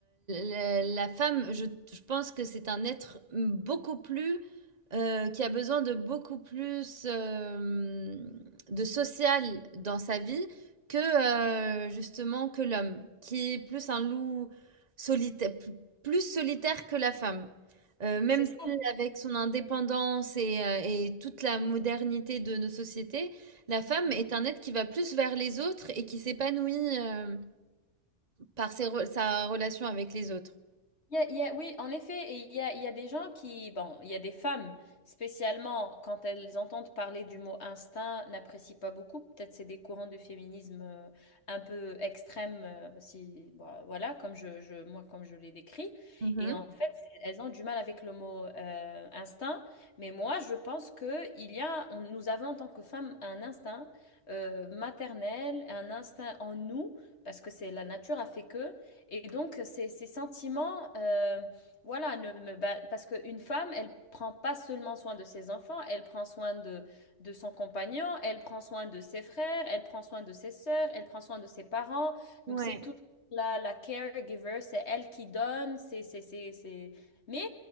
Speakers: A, on the right; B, on the left.
A: la, la femme, je, je pense que c'est un être beaucoup plus. euh, qui a besoin de beaucoup plus euh, de social dans sa vie que euh, justement que l'homme, qui est plus un loup solitaire, plus solitaire que la femme. Heu, même
B: C'est ça,
A: si avec son indépendance et heu et toute la modernité de nos sociétés, la femme
B: moi.
A: est un être qui va plus vers les autres et qui s'épanouit, hem, par ses re sa relation avec les autres.
B: Il y a- il y a- oui, en effet, et il y a, il y a des gens qui, bon, il y a des femmes, spécialement quand elles entendent parler du mot instinct, n'apprécient pas beaucoup. Peut-être c'est des courants de féminisme euh, un peu extrêmes, euh, si, bon, voilà, comme je, je- moi, comme je les décris.
A: Mmh
B: Et en fait, elles ont du mal avec le mot euh, instinct. Mais moi, je pense que il y a, on- nous avons en tant que femmes un instinct euh, maternel, un instinct en nous, parce que c'est la nature a fait que. Et donc, ces, ces sentiments, euh, voilà, ne, me- bah, parce qu'une femme, elle prend pas seulement soin de ses enfants, elle prend soin de, de son compagnon, elle prend soin de ses frères, elle prend soin de ses sœurs, elle prend soin de ses parents.
A: Ouais.
B: Donc, c'est toujours la, la caregiver, c'est elle qui donne, c'est, c'est, c'est, c'est... Mais